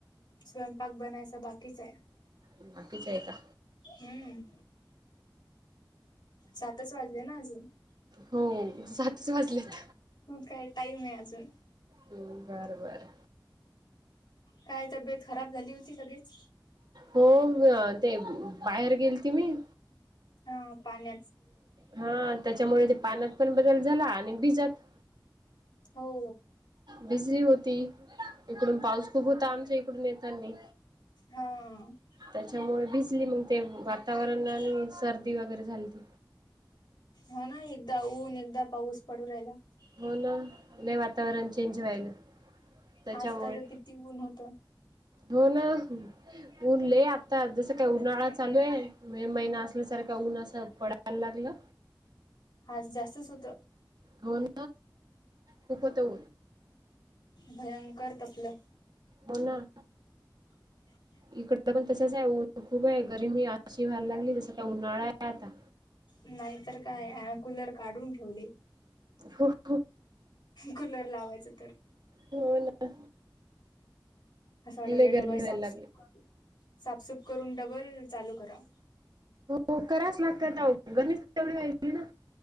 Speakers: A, on the left; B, on the right.
A: स्वयंपाक बनायचा बाकीच आहे
B: बाकीच आहे का
A: हम्म सातच वाजले ना अजून
B: हो जातच वाजलं
A: हो काय टाईम आहे अजून
B: हम्म बरं बरं
A: काय तब्येत खराब झाली होती लगेच
B: हो ते बाहेर गेल त मी
A: हा पाणी
B: हा त्याच्यामुळे ते पानात पण बदल झाला आणि बिजात
A: हो
B: बिझी होती इकडून पाऊस खूप होता आमच्या इकडून येतानी
A: हा
B: त्याच्यामुळे भिजली मग ते वातावरण आणि सर्दी वगैरे झाली त
A: हो ना एकदा ऊन एकदा पाऊस पडू राहिला
B: हो ना नाही वातावरण चेंज व्हायल त्याच्यामुळे
A: आता तर किती ऊन होत
B: हो ना उनले आता जसं काय उन्हाळा चालू आहे मे महिना असल्यासारखा ऊन असं पडायला लागलं.
A: हा जास्तच होत.
B: घन खूप होत हो
A: भयंकर तपलक
B: हो ना.
A: <unintelligible>
B: इकड पण तसंच आहे खूप आहे गरमी अशी व्हायला लागली तस का उन्हाळा आहे आता.
A: नाहीतर काय कुलर काढून ठेवली.
B: हो. हो.
A: कुलर लावायचं तर
B: हो ना.
A: असं वाट
B: लय
A: डबल
B: गरमी व्हायला
A: साफसूफ
B: लागली
A: साफसूफ करून डबल चालू करा.
B: हो कराच लागत गणेश तेवढी वयची ना